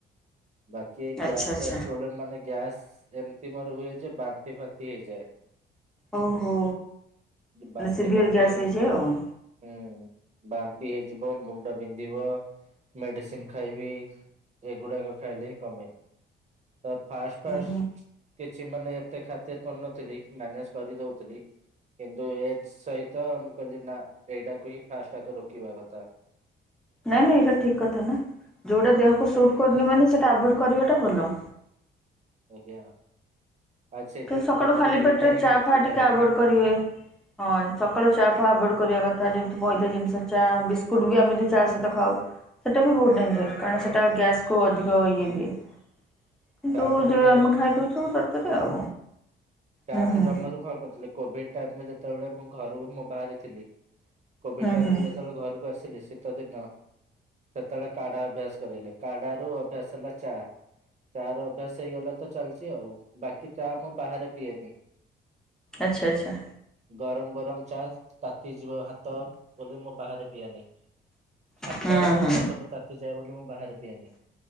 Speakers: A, on the right; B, in the centre.
A: ବାକି ଗ୍ୟାସ୍
B: ଆଚ୍ଛା ଆଚ୍ଛା
A: ଫ୍ୟାସ୍ ପ୍ରୋବ୍ଲେ, ମାନେ ଗ୍ୟାସ ଏମିତି ମୋର ହୁଏ ଯେ ବାନ୍ତି ଫାନ୍ତି ହେଇଯାଏ।
B: ଓହୋ,
A: ବାନ୍ତି
B: ମାନେ ସିଭିିୟର୍
A: ଫାନ୍ତି
B: ଗ୍ୟାସ୍
A: ହେଇ
B: ହେଇଯିବ ଆଉ।
A: ହୁଁ। ବାନ୍ତି ହେଇଯିବ। ମୁଣ୍ଡ ବିନ୍ଧିବ। ମେଡିସିନ୍ ଖାଇବି। ଏଗୁଡାକ ଖାଇଲେ ହିଁ କମେ। ତ ଫାଷ୍ଟ
B: ହୁଁ
A: ଫାଷ୍ଟ
B: ହୁଁ
A: କିଛି ମାନେ ଏତେ ଖାତିର୍ କରିନଥିଲି। ମ୍ୟାନେଜ କରି ଦଉଥିଲି କିନ୍ତୁ ଏ ସହିତ ମୁଁ କହିଲି ନା। ଏଇଟାକୁ ହିଁ ଫାଷ୍ଟ ଆଗେ ରୋକିବା କଥା।
B: ନାଇଁ ନାଇଁ, ଏଇଟା ଠିକ୍ କଥା ନା। ଯେଉଁଟା ଦେହକୁ ସୁଟ୍ କରୁନି ମାନେ ସେଇଟା ଆଭୋଏଡ଼୍ କରିବାଟା ଭଲ।
A: ଆଜ୍ଞା। ଆଜି ସେଇଥିପାଇଁ
B: କିନ୍ତୁ ସକାଳୁ
A: ମୁଁ ଜମାରୁ
B: ଖାଲି ପେଟରେ
A: ଦିଟା ହିଁ
B: ଚା
A: ଇଟଲିି
B: ଫା ଟିକେ
A: ଖାଇଲି।
B: ଆଭଏଡ୍ କରିବେ। ହଁ ସକାଳୁ ଚା ଫା ଆଭଏଡ଼ କରିବା କଥା। ଯେମିତି ମଇଦା ଜିନିଷ, ଚା ବିସ୍କୁଟ୍ ବି ଆମେ ଯୋଉ ଚା ସହିତ ଖାଉ। ସେଇଟା ବି ବହୁତ ଡେଞ୍ଜର କାରଣ ସେଇଟା ଗ୍ୟାସକୁ ଅଧିକ ଇଏ ଦିଏ। କିନ୍ତୁ
A: ତା ତ
B: ଯୋଉ
A: ଆଜ୍ଞା
B: ଆମେ ଖାଇଦଉଚୁ ତରତରରେ ଆଉ।
A: ଚାହା
B: ହୁଁ ହୁଁ।
A: ମୁଁ ଜମାରୁ ଖାଉ ନଥିଲି। କୋଭିଡ ଟାଇମରେ ଯେତେବେଳେ ମୁଁ ଘରୁ ମୁଁ ବାହାରେ ଥିଲି। କୋଭିଡ
B: ହୁଁ
A: ଟାଇମରେ
B: ହୁଁ
A: ଯେତେବେଳେ ଘରକୁ ଆସିଲି ଶୀତ ଦିନ। ସେତବେଳେ କାଢା ଅଭ୍ୟାସ କରେଇଲେ। କାଢାରୁ ଅଭ୍ୟାସ ହେଲା ଚା। ଚା ର ଅଭ୍ୟାସ ହେଇଗଲା ତ ଚାଲିଛି ଆଉ। ବାକି ଚା ମୁଁ ବାହାରେ ପିଏନି।
B: ଆଚ୍ଛା ଆଚ୍ଛା।
A: ଗରମ ଗରମ ଚା ତାତିଯିବ ହାତ ବୋଲି ମୁଁ ବାହାରେ ପିଏନି। ହାତ,
B: ହୁଁ
A: ଓଠ
B: ହୁଁ
A: ସବୁ ତାତିଯାଏ ବୋଲି ମୁଁ ବାହାରେ ପିଏନି।